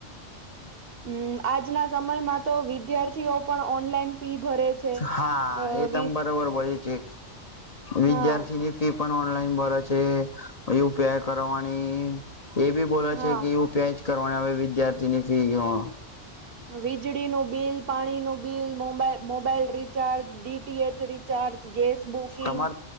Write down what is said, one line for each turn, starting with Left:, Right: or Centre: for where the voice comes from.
Right: હમ્મ, આજના સમયમાં તો વિદ્યાર્થીઓ પણ ઓનલાઈન ફી ભરે છે
Left: હા
Right: અ
Left: એ તમ
Right: વી
Left: બરોબર પડે છે. વિદ્યાર્થીની
Right: હા
Left: ફી પણ ઓનલાઈન ભરે છે. યુ પી આઈ કરવાની એ બી બોલે
Right: હા
Left: છે કે યુ પી આઈ જ કરવાના આવે વિદ્યાર્થી ની ફી અ
Right: વીજળીનુંબિલ, પાણી નું બિલ, મોબા mobile recharge, DTH recharge, gas booking
Left: તમાર